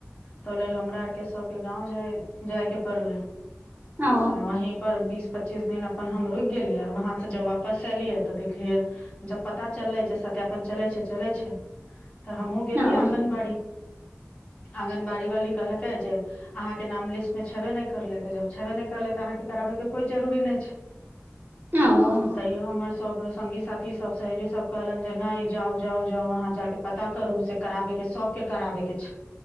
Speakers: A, on the left; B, on the right.
A: तऽह लेल हमरा आरके सभके गाँव जाय जायके पड़लै
B: ओ
A: हँ वहीं पर बिस पच्चीस दिन अपन हम रुकि गेलियै आर वहाँसे जब वापस एयलियै तऽ देखलियै जब पता चललै सत्यापन चलै छै चलै छै तऽ हमहूँ गेलियै
B: ओ
A: आङंगगनबाड़ी आङ्गनबाड़ी वाली कहलकै जे अहाँके नाम लिस्टमे छेबे नहि करलै तऽ जब छेबे नहि करलै तऽ अहाँके कराबयके कोइ जरूरी नहि छै।
B: ओ
A: तैो हमर सब स्गी साथी सब सहेली सब। कहलन जे नहि जाउ जाउ जाउ वहाँ जााक। पता करू से कराबेके सबके कराबे के छै